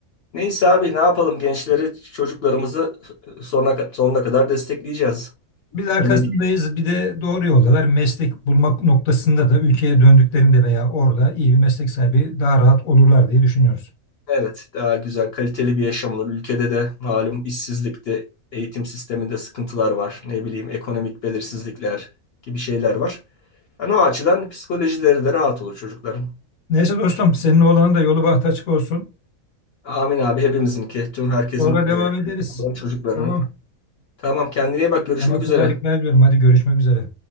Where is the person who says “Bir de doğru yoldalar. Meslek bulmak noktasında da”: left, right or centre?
Left